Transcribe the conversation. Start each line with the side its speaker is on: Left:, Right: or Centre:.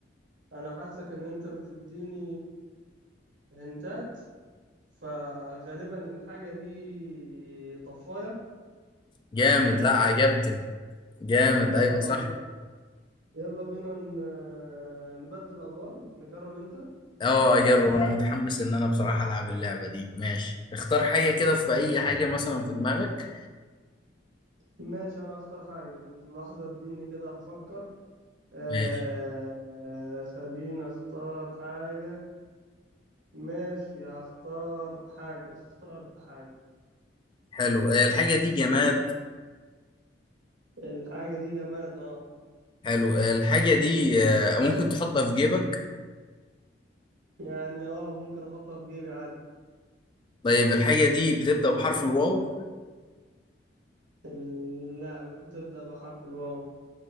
Right: أنا حاسك إن أنت بتديني هنتات فغالبا الحاجة دي طفاية
Left: جامد لا عجبتني جامد
Right: اه
Left: أيوة صح
Right: يلا بينا ن- آه، نبدل أدوار نجرب أنت
Left: اه اجرب انا متحمس ان انا بصراحة العب اللعبة دي ماشي اختار حاجة كده في اي حاجة مثلا في دماغك
Right: ماشي أنا هختار حاجة لحظة اديني كده أفكر آه
Left: ماشي
Right: خليني أختار حاجة ماشي هختار حاجة اخترت حاجة
Left: حلو آه، الحاجة دي جماد
Right: الحاجة دي جماد اه
Left: حلو آه، الحاجة دي آه، ممكن تحطها في جيبك
Right: يعني اه ممكن أحطها في جيبي عادي
Left: طيب الحاجة دي بتبدأ بحرف الواو
Right: ال- لا مش بتبدأ بحرف الواو